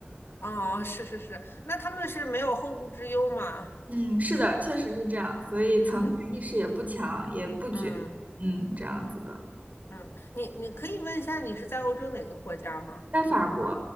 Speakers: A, on the left; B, on the right.
A: 哦，是是是，那他们是没有后顾之忧嘛？
B: 嗯，是的，确实是这样，所以存款意识也不强，
A: 嗯
B: 也不卷，
A: 嗯。
B: 嗯，这样子的。
A: 嗯，你你可以问一下，你是在欧洲哪个国家吗？
B: 在法国，